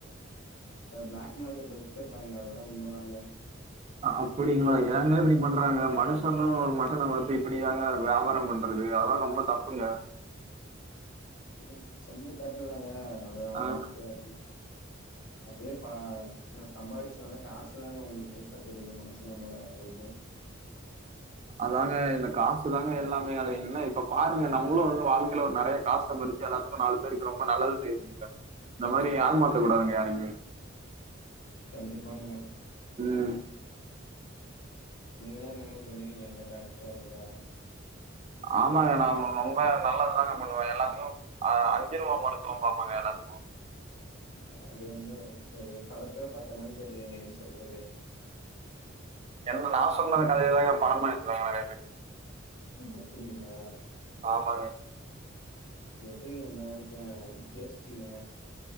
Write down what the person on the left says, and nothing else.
அத பிளாக் மார்க்கெட்ல வித்துட்றாங்க அதெல்லா உண்மதாங்க
இப்ப நீங் சொல்ரது கரெக்ட்டுதாங்க அத அவங்ககிட்ட
அப்டி ப்பேயேபா ந சம்பாரிச்சனால காசு தாங்க அவுங்களுக்கு பெருசா தெரியுது மனுசங்களோட அவுங்களுக்கு
கண்டிப்பாங்க
நீங்களா இந்த மாரி பண்ணுவீங்களாங்க டாக்டரா இருந்தா
இப்ப த அது வந்து <unintelligible> படத்துல பாத்த மாரிக்க இருக்குங்க நீங் சொல்றது
ம் அப்டிங்ளா
எப்டிங்க இந்த மாரி ப்ளான் எல்லா யோஸ்ச்சீங்க.